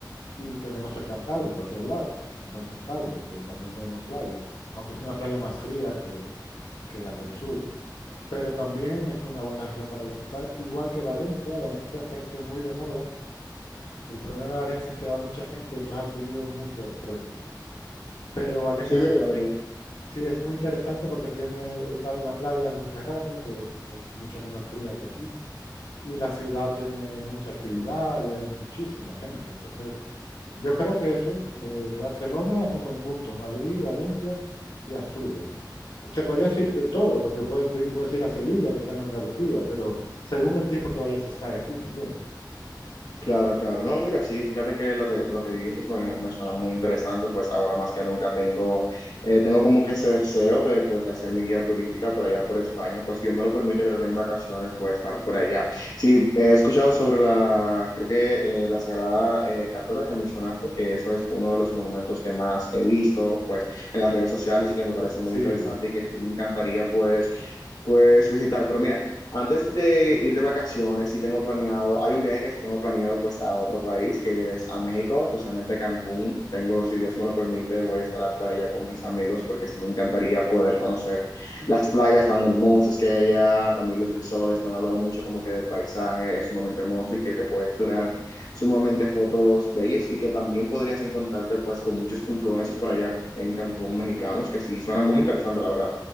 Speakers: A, on the left; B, on the left.
A: Y tenemos el Cantábrico aquí al lado, el mar Cantábrico, que también tenemos playa, aunque es una playa más fría que, que las del sur. Pero también es una buena región para visitar, igual que Valencia. Valencia se ha hecho muy de moda. El problema de Valencia es que va mucha gente, entonces ha subido mucho los precios. Pero Valencia
B: Sí,
A: es
B: mira,
A: una
B: la
A: ciudad
B: verdad.
A: Sí, es muy interesante porque tiene una- la playa del Mediterráneo, que es mucho menos fría que aquí, y la ciudad tiene mucha actividad y hay muchísima gente. Entonces, yo creo que eso, eh, Barcelona es un buen punto, Madrid, Valencia y Asturias. Te podría decir de todo, porque puedes, vi- puedes ir a Sevilla, que está en Andalucía, pero según el tiempo que vayas a estar aquí también.
B: Claro, claro. No, mira, sí, fíjate que lo que, lo que dices me, me suena muy interesante, pues ahora más que nunca tengo, eh, tengo como que ese deseo de, pues, de hacer mi guía turística por allá por España, pues si Dios me lo permite, creo que en vacaciones voy a estar por allá. Sí, he escuchado sobre la, creo que eh, la Sagrada eh, Cátora que mencionaste, que eso es uno de los monumentos que más he visto, pues, en las redes sociales y que me parece muy
A: Sí,
B: interesante y que sí me encantaría, pues, pues, visitar. Pero mira. Antes de ir de vacaciones, si tengo planeado, hay un viaje que sí tengo planeado pues a otro país, que es a México, especialmente Cancún. Tengo, si Dios me lo permite, voy a estar por allá con mis amigos porque sí me encantaría poder conocer las playas tan hermosas que hay allá, también los resorts, me han hablado mucho como que del paisaje es sumamente hermoso y que te puedes tirar sumamente fotos bellas y que también podrías encontrarte pues con muchos influencers por allá en Cancún mexicanos, que sí suena muy interesante, la verdad.